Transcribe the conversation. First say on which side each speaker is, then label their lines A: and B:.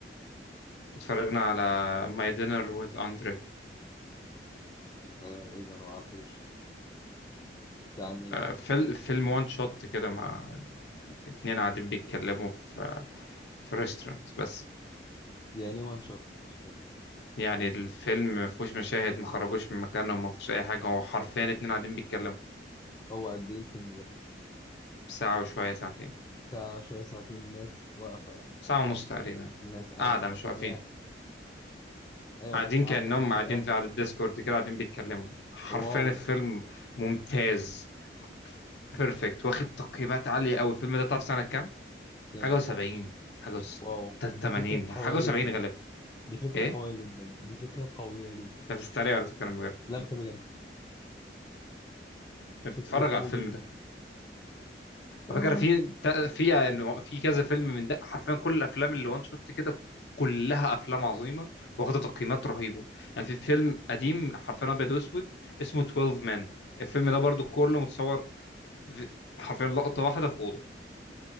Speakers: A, on the left; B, on the left.
A: اتفرجنا على ماي دينر وذ أندري
B: آه، ايه ده انا معرفوش ده عن ايه؟
A: فيلم فيلم وان شوت كده مع اتنين قاعدين بيتكلموا في في ريستورانت بس
B: يعني ايه وان شوت؟ مش فاهم.
A: يعني الفيلم ما فيهوش مشاهد ما خرجوش من مكانهم ما فيهوش أي حاجة هو حرفيا اتنين قاعدين بيتكلموا
B: هو قد ايه الفيلم ده؟
A: ساعة وشوية ساعتين
B: ساعة شوية ساعتين ناس واقفة
A: ساعة ونص تقريبا
B: ناس قاعدة
A: قاعدة
B: في
A: مش
B: مكان
A: واقفين
B: واحد أيوة
A: قاعدين
B: ناس قاعدة
A: كأنهم
B: في مكان
A: قاعدين
B: واحد
A: في قعدة ديسكورد كده قاعدين بيتكلموا حرفيا
B: واو
A: الفيلم ممتاز بيرفكت واخد تقييمات عالية أوي الفيلم ده تعرف سنة كام؟
B: كام
A: حاجة وسبعين حاجة وس...
B: واو دي
A: تمانين
B: فكرة قوية
A: حاجة وسبعين
B: جدا
A: غالبا
B: دي فكرة
A: إيه؟
B: قوية جدا دي فكرة قوية جدا
A: أنت بتتريق ولا بتتكلم بجد؟
B: لا بكلم بجد فكرة
A: اتفرج على
B: موبي
A: الفيلم ده
B: آه.
A: على فكره في تا- في يعني في كذا فيلم من ده حرفيا كل الافلام اللي وان شوت كده كلها افلام عظيمه واخده تقييمات رهيبه يعني في فيلم قديم حرفيا ابيض واسود اسمه 12 مان الفيلم ده برضو كله متصور في- حرفيا لقطه واحده في اوضه